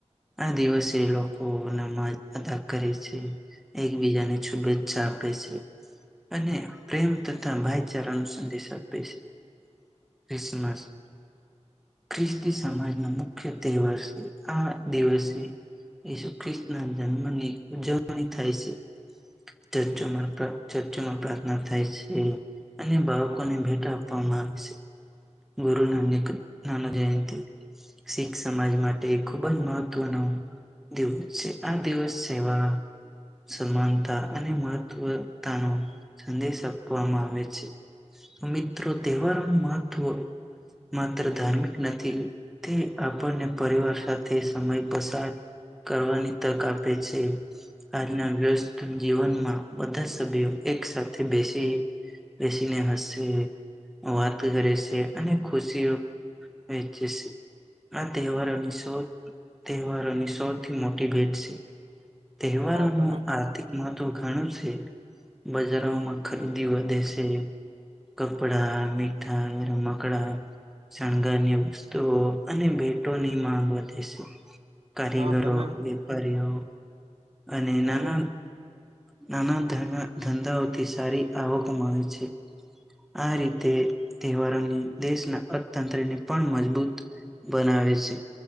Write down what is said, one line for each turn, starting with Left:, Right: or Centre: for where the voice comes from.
Centre: આ દિવસે લોકો નામાંજ અદા કરે છે. એકબીજાની શુભેષા આપે છે, અને પ્રેમ તથા ભાઈચારા ન સંદેશ આપે છે. ક્રિસમસ. ખ્રિસ્તી સમાજનો મુખ્ય તહેવાર છે આ. દિવસે ઈશુ ખ્રિસ્તી ના જન્મની ઉજવણી થાય છે. ચર્ચોમાં ચર્ચોમાં પ્રાર્થના થાય છે. અને બાળકોને ભેટ આપવામાં આવે છે. ગુરુ નાનક નાનક જયંતિ. શીખ સમાજ માટે ખુબ જ મહત્વનો. દિવસ છે આ દિવસ છેવા. સમાનતા અને મહત્વતા ન સંદેશ આપવામાં આવે છે. તો મિત્રો તહેવારો નુ મહત્વ માત્ર ધાર્મિક નથી, તે આપણને પરિવાર સાથે સમય પસાર. કરવાની તક આપે છે. <inaudible> ના વ્યસ્ત જીવનમાં બધા સભ્યો એક સાથે બેસી બેસીને હસે વાત કરે છે, અને ખુશી વેચે છે, આ તહેવારોની સૌ તહેવારોની સૌથી મોટી ભેટ છે. તહેવારોનું
Right: હા તમે
Centre: આર્થીક મા તો ઘણું છે, બજારોમાં ખરીદી વધે છે. કપડા મીઠાઈ રમકડા શણગારની વસ્તુઓ અને ભેટોની માંગ વધે છે. કારીગરો
Right: હા તમે
Centre: વેપારીઓ અને
Right: તમે
Centre: નાના નાના ધ ધંધાઓથી સારી આવક મા આવે છે, આ રીતે તહેવારોની દેશના અર્થતંત્રને પણ મજબૂત, બનાવે છે,